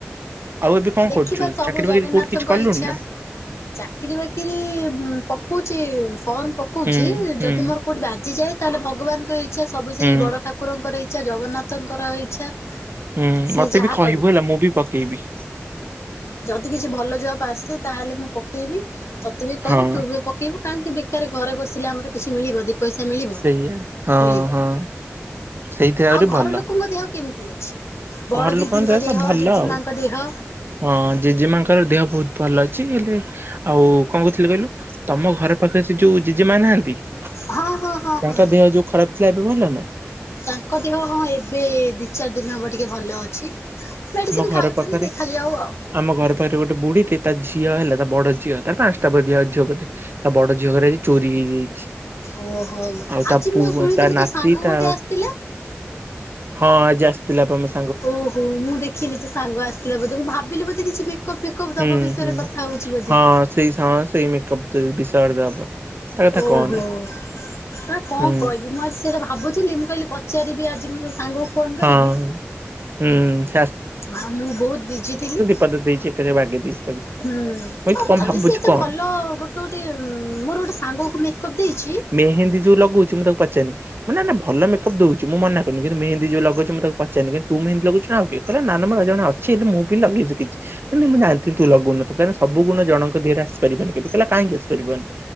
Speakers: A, on the right; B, on the left.
A: ଆଉ ଏବେ କଣ
B: ଦେଖିବା
A: କରୁଛୁ
B: ସବୁ
A: ଚାକିରି
B: ଜଗନ୍ନାଥଙ୍କ
A: ବାକିରି କୋଉଠି କିଛି କଲୁଣି
B: ଇଚ୍ଛା।
A: ନା
B: ଚାକିରୀ ବାକିରୀ ପକଉଛି ଫର୍ମ ପକଉଛି,
A: ହୁଁ ହୁଁ
B: ଯଦି ମୋର କଉଠି ବାଜିଯାଏ ତାହେଲେ ଭଗବାନଙ୍କ ଇଚ୍ଛା, ସବୁ
A: ହୁଁ
B: ସେ ବଡ ଠାକୁରଙ୍କର ଇଚ୍ଛା, ଜଗନ୍ନାଥଙ୍କର ଇଚ୍ଛା।
A: ହୁଁ,
B: ସିଏ
A: ମତେ
B: ଯାହା
A: ବି କହିବୁ
B: କରିବେ
A: ହେଲା ମୁଁ ବି ପକେଇବି।
B: ଯଦି କିଛି ଭଲ ଜବ୍ ଆସେ ତାହେଲେ ମୁଁ ପକେଇବି ତତେ ବି କହିବି,
A: ହଁ
B: ତୁ ବି ପ କେଇବୁ, କାହିଁକି ବେକାର ଘରେ ବସିଲେ ଆମର କିଛି ମିଳିବ ଦୁଇ ପଇସା ମିଳିବ,
A: ସେଇଆ ହଁ
B: ମିଳିବନି।
A: ହଁ ସେଇଥି ଆହୁରି
B: ଆଉ ଘର
A: ଭଲ
B: ଲୋକଙ୍କ ଦେହ କେମିତି ଅଛି ବଡ଼
A: ଘର
B: ଦିଦିଙ୍କ
A: ଲୋକଙ୍କ
B: ଦେହ,
A: ସବୁ ଭଲ
B: ଜେଜେମାଙ୍କ
A: ଆଉ
B: ଦେହ?
A: ହଁ, ଜେଜେମାଙ୍କର ଦେହ ବହୁତ ଭଲ ଅଛି। ହେଲେ ଆଉ କଣ କହୁଥିଲି କହିଲୁ, ତମ ଘର ପାଖରେ ସେ ଯୋଉ ଜେଜେ ମା ନାହାନ୍ତି? ତାଙ୍କ
B: ହଁ ହଁ ହଁ ହଁ।
A: ଦେହ ଯୋଉ ଖରାପ ଥିଲା ଏବେ ଭଲ ନା?
B: ତାଙ୍କ ଦେହ ହଁ ଏବେ ଦି ଚାରି ଦିନ ହବ ଟିକେ ଭଲ ଅଛି। ମେଡିସିନ
A: ଆମ ଘର
B: ଖାଉଛନ୍ତି
A: ପାଖରେ
B: ଦେଖାଯାଉ ଆଉ।
A: ଆମ ଘର ପାଖରେ ଗୋଟେ ବୁଢୀଟେ ତା ଝିଅ ହେଲା ତା ବଡ ଝିଅ ତାର ପାଞ୍ଚଟା ବା ଝିଅ ଝିଅ ବୋଧେ। ତା ବଡ ଝିଅ ଘରେ ଆଜି ଚୋରି ହେଇଯାଇଛି।
B: ଓହୋଃ!
A: ଆଉ ତା
B: ଆଜି
A: ପୁଅ
B: ମୁଁ ଶୁଣିଥିଲି
A: ତା ନାତି
B: ତୋ ସାଙ୍ଗ
A: ତା
B: ଗୋଟେ ଆସିଥିଲା।
A: ହଁ, ଆଜି ଆସିଥିଲା ତମ
B: ଓହୋଃ! ମୁଁ ଦେଖିଲି ତୋ ସାଙ୍ଗ ଆସିଥିଲା ବୋଧେ ମୁଁ ଭାବିଲି ବୋଧେ କିଛି ମେକପ୍ ଫେ କପ୍
A: ହୁଁ
B: ଦବ ବିଷୟରେ
A: ହୁଁ
B: କଥା ହଉଛି ବୋଧେ।
A: ହଁ ସେଇ ହଁ ସେଇ ମେକଅପ୍ ବିଷୟରେ ଦବ। ତା କଥା
B: ଓହୋଃ!
A: କହନା
B: ତାକୁ କଣ
A: ହୁଁ
B: କହିବି ମୁଁ ଆ ସେଇଟା ଭାବୁିଥିଲି, ମୁଁ କହିଲି ପଚାରିବି ଆଜି ମୁଁ ସାଙ୍ଗକୁ ଫୋନ
A: ହଁ
B: କରିକି,
A: ହୁଁ ସେ
B: ଆଉ ମୁଁ ବହୁତ ବିଜି ଥିଲି।
A: ପଦେ ଦେଇଛି, ଏକ ଥରେ ବାଗେଇ ଦେଇଛି। ତାକୁ।
B: ହୁଁ,
A: ମୁଁ
B: ତଥାବି
A: କହିଲି ତୁ କଣ ଭାବୁଛୁ
B: ସିଏ ଏତେ
A: କଣ?
B: ଭଲ ଗୋଟେ ଗୋଟେ ମୋର ଗୋଟେ ସାଙ୍ଗକୁ ମେକ୍ଅପ୍ ଦେଇଛି।
A: ମେହେନ୍ଦି ଯୁ ଲଗଉଛୁ ମୁଁ ତାକୁ ପଚାରିନି। ନାନା ଭଲ ମେକଅପ୍ ଦଉଛି ମୁଁ ମନା କରୁନି କିନ୍ତୁ ମେହେ। ଦି ଯୁ ଲଗଉଛି ତାକୁ ପଚାରିନି ତୁ ମେହେନ୍ଦି ଲଗଉଛି କି ଆଉ କିଏ କହିଲା ନା ନା ମୋର ଜଣ ଅଛି ମୁଁ ବି ଲଗେଇଛି କିଛି। କହିଲି ମୁଁ ଜାଣିଥିଲି ତୁ ଲଗଉନଥିବୁ କାହିଁକି ନା ସବୁ ଗୁଣ ଜଣଙ୍କ ଦେହରେ ଆସି ପାରିବନି କେବେ କହିଲା କାହିଁକି ଆସିପାରିବନି